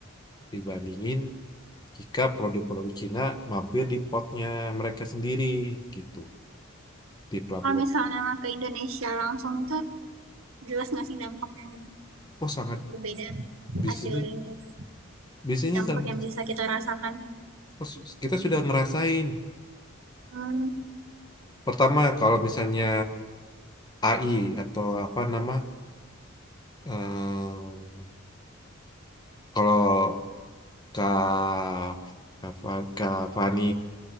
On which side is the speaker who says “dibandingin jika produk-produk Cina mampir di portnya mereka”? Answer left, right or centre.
Left